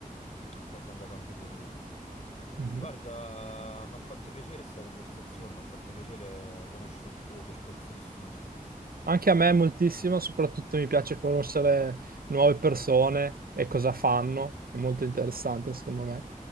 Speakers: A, on the left; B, on the right.
A: Oh, sono andato anche fuori corso.
B: Mhm.
A: Guarda, mi ha fatto piacere questa conversazione, mi ha fatto piacere conoscere il tuo percorso di studi.
B: Anche a me moltissimo, soprattutto mi piace conoscere nuove persone e cosa fanno, è molto interessante secondo me.